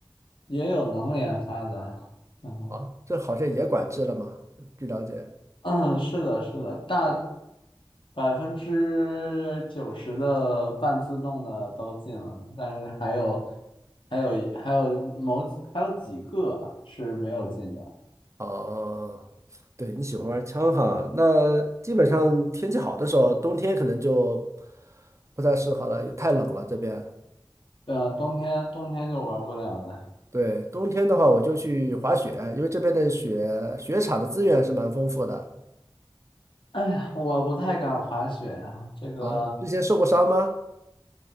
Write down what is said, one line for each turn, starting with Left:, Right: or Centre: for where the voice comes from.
Left: 也有能连发的。<laughs>
Right: 啊，这好像也管制了嘛，据了解。
Left: 嗯，是的，是的，大百分之九十的半自动的都进了，但是还有还有还有某几还有几个是没有进的。
Right: 哦，对，你喜欢玩枪哈？那基本上天气好的时候，冬天可能就不太适合了，也太冷了这边。
Left: 对啊，冬天冬天就玩不了了。
Right: 对，冬天的话，我就去滑雪，因为这边的雪雪场的资源是蛮丰富的
Left: 哎呀，我不太敢滑雪啊，这个
Right: 啊。之前受过伤吗？